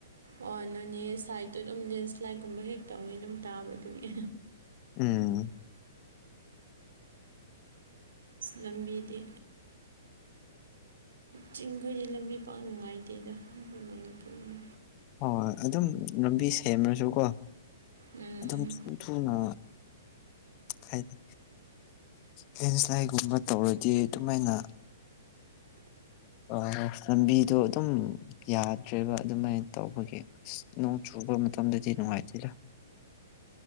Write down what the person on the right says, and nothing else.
ꯑꯣ ꯅꯪꯅꯦ ꯁꯥꯏꯗꯠꯇꯨ ꯑꯗꯨꯝ ꯂꯦꯟꯁ꯭ꯂꯥꯏꯠꯀꯨꯝꯕ ꯍꯦꯛ ꯇꯧꯅꯤ ꯑꯗꯨꯝ ꯇꯥꯕꯗꯨꯒꯤ
ꯂꯝꯕꯤꯗꯤ ꯆꯤꯡꯈꯣꯏꯗꯤ ꯂꯝꯕꯤ ꯄꯥꯛ ꯅꯨꯡꯉꯥꯏꯇꯦꯗ ꯑꯩꯈꯣꯏ ꯃꯅꯤꯄꯨꯔꯅꯤ
ꯎꯝ